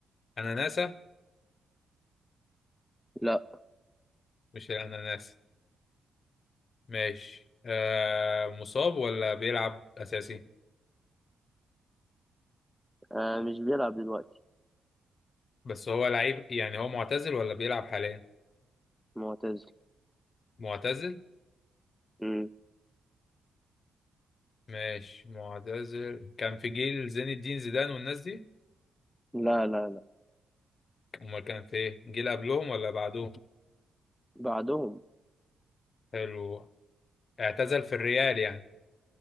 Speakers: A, on the left; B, in the centre.
A: اناناسة
B: لا
A: مش الاناناسة ماشي آه، مصاب ولا بيلعب اساسي
B: آه مش بيلعب دلوقتي
A: بس هو لعيب يعني هو معتزل ولا بيلعب حاليا
B: معتزل
A: معتزل
B: مم.
A: ماشي معتزل كان في جيل زين الدين زيدان والناس دي
B: لا لا لا
A: امال كان في ايه جيل قبلهم ولا بعدهم
B: بعدهم
A: حلو اعتزل في الريال يعني